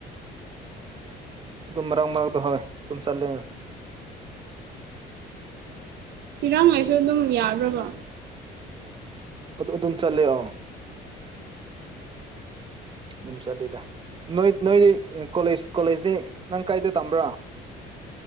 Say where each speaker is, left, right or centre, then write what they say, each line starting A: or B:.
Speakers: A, on the right (about 30°); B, on the right (about 75°).
A: ꯑꯗꯨꯝ ꯃꯔꯛ ꯃꯔꯛꯇ ꯍꯣꯏ ꯇꯨꯝ ꯆꯠꯂꯦꯅꯦ
B: ꯏꯔꯥꯡꯉ ꯂꯩꯁꯨ ꯑꯗꯨꯝ ꯌꯥꯕ꯭ꯔꯕ
A: ꯑꯗꯨ ꯑꯗꯨꯝ ꯆꯠꯂꯦ ꯑꯣ ꯎꯝ ꯆꯠꯂꯤꯗ ꯅꯣꯏ ꯅꯣꯏꯗꯤ ꯀꯣꯂꯦꯖ ꯀꯣꯂꯦꯖꯇꯤ ꯅꯪ ꯀꯥꯏꯗ ꯇꯝꯕ꯭ꯔꯣ